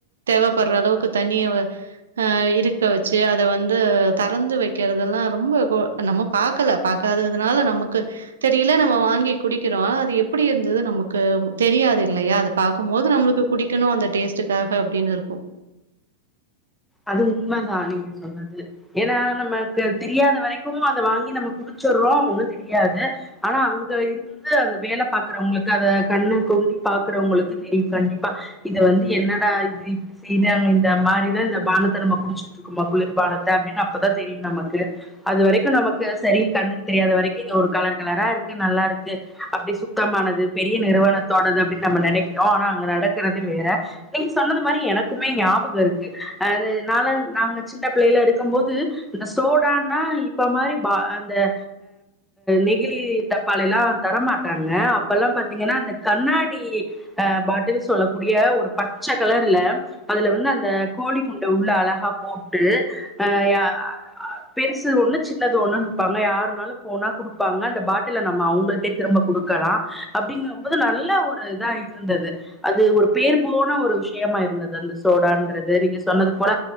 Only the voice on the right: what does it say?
தேவை பர்ற அளவுக்கு தண்ணிய ஆஹ் இருக்க வச்சு அதை வந்து தறந்து வைக்கிறதெல்லாம் ரொம்ப நம்ம பாரக்கல பாார்கக்காததுனால நமக்கு தெரியல நம்ம வாங்கி குடிக்கிறோம் அது எப்படி இருந்தது நமக்கு தெரியாது இல்லையா அதை பார்க்கும்ப போது நம்மளுக்கு குடிக்கணும் அந்த டேஸ்டுக்காக அப்டின்னு இருக்கும்